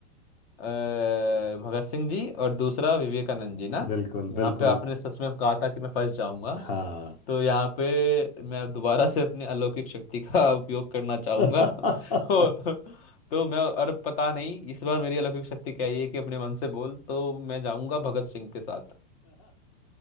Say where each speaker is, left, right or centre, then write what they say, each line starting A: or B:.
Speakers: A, on the left; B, on the left.
A: अ, भगत सिंह जी और दूसरा विवेकानंद जी ना
B: बिल्कुल
A: यहाँ
B: बिल्कुल
A: पे आपने सच में कहा था कि मैं फंस जाऊंगा
B: हाँ
A: तो यहाँ पे मैं दोबारा से अपनी अलौकिक शक्ति का <laughs> उपयोग करना चाहूंगा
B: <laughs>
A: <laughs> और- तो मैं और पता नहीं इस बार मेरी अलौकिक शक्ति क्या है कि अपने मन से बोल तो मैं जाऊंगा भगत सिंह के साथ